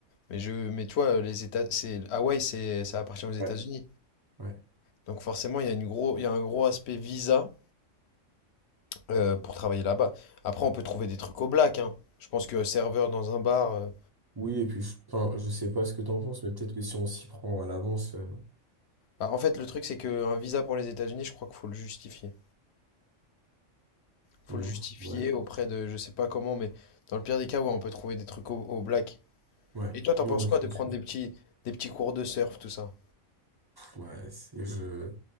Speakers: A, on the left; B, on the right.
A: Mais je, mais tu vois, les États, c'est, Hawaï, c'est, ça appartient aux États-Unis.
B: Ouais. Ouais.
A: Donc forcément, il y a une gros, il y a un gros aspect visa euh, pour travailler là-bas. Après, on peut trouver des trucs au black, hein. Je pense que serveur dans un bar. euh,
B: Oui, et puis je, enfin, je sais pas ce que t'en penses, mais peut-être que si on s'y prend à l'avance, euh,
A: Bah, en fait, le truc, c'est qu'un visa pour les États-Unis, je crois qu'il faut le justifier. faut
B: hmm,
A: le justifier
B: ouais.
A: auprès de, je sais pas comment, mais dans le pire des cas, ouais, on peut trouver des trucs au, au black.
B: Ouais,
A: Et toi, t'en
B: moi,
A: penses
B: ouais, ouais,
A: quoi
B: je
A: de
B: pense
A: prendre
B: que
A: des petits, des petits cours de surf, tout ça?
B: ouais, c'est- je,